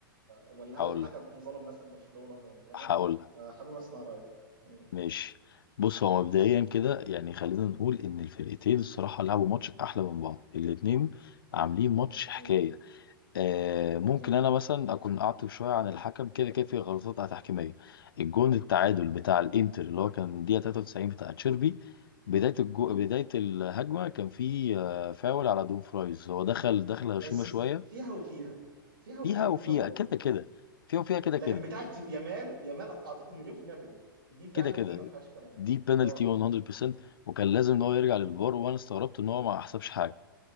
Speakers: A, on the right; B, on the left.
A: ولا
B: هقول
A: هل الحكم
B: لك
A: ظلم مثلا برشلونه يعني فاهم
B: هقول لك
A: آه، حابب اسمع رايك مم.
B: ماشي بص هو مبدئيا كده يعني خلينا نقول ان الفرقتين الصراحه لعبوا ماتش احلى من بعض الاتنين عاملين ماتش حكايه
A: مم.
B: آه ممكن
A: مم.
B: انا مثلا اكون اعطب شويه عن الحكم كده كده في غلطات تحكيميه الجون التعادل بتاع الانتر اللي هو كان دقيقه 93 بتاع تشيربي بداية الجو...
A: مم.
B: بداية الهجمة كان في آه، فاول على دون فرايز هو دخل دخل
A: بس
B: هشيمة شوية
A: فيها وفيها فيها وفيها
B: فيها وفيها
A: برضه
B: كده كده فيها وفيها كده
A: لكن
B: كده
A: بتاعت يامال يامال اعتقد مليون في المية بلد دي فعلا
B: كده كده
A: دي ما فيهاش كلام
B: دي بينالتي
A: اه
B: 100% وكان لازم ان هو يرجع للفار وانا استغربت ان هو ما حسبش حاجه